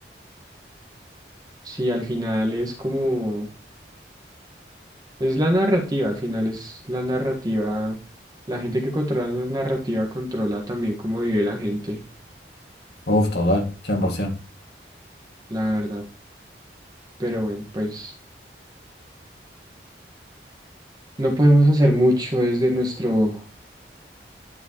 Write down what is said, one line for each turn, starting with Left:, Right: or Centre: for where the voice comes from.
Right: Si al final es como... Es la narrativa, al final es la narrativa. La gente que controla la narrativa controla también cómo vive la gente,
Left: Uf, total, 100%.
Right: la verdad. Pero bueno, pues no podemos hacer mucho desde nuestro,